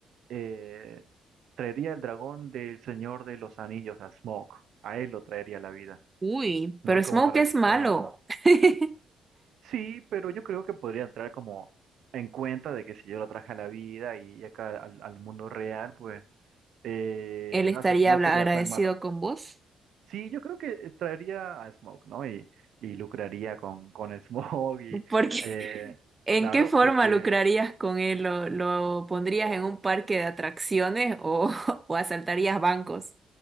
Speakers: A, on the right; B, on the right.
A: Eh, traería el dragón del Señor de los Anillos, a Smaug. A él lo traería a la vida,
B: Uy,
A: ¿no?
B: pero
A: Como
B: Smoke
A: para
B: es
A: que
B: malo.
A: sea...
B: <laughs>
A: Sí, pero yo creo que podría entrar como en cuenta de que si yo lo traje a la vida y acá al, al mundo real, pues, eh,
B: Él estaría
A: no sé, no
B: habla-
A: sería
B: agradecido
A: tan malo.
B: con vos.
A: Sí, yo creo que eh, traería a Smoke, ¿no? Y, y lucraría con, con Smoke y,
B: Porque
A: <laughs> eh,
B: <laughs> ¿En
A: claro,
B: qué forma
A: porque
B: lucrarías con él? ¿Lo, lo pondrías en un parque de atracciones o, <laughs> o asaltarías bancos?